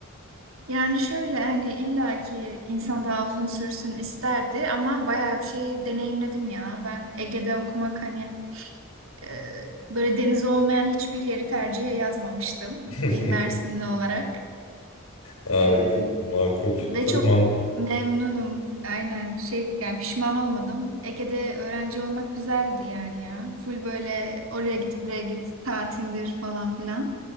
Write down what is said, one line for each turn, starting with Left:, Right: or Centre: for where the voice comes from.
Right: Yani şöyle hani illaki insan daha uzun sürsün isterdi ama bayağı bir şey deneyimledim ya. Ben Ege'de okumak hani e, böyle denizi olmayan hiçbir yeri tercihe yazmamıştım
Left: <laughs>
Right: bir Mersinli olarak.
Left: Aa, evet,
Right: E,
Left: makul.
Right: Ve
Left: Çok
Right: çok
Left: man
Right: memnunum. Aynen şey yani pişman olmadım. Ege'de öğrenci olmak güzeldi yani ya. Full böyle oraya git buraya git tatildir falan filan.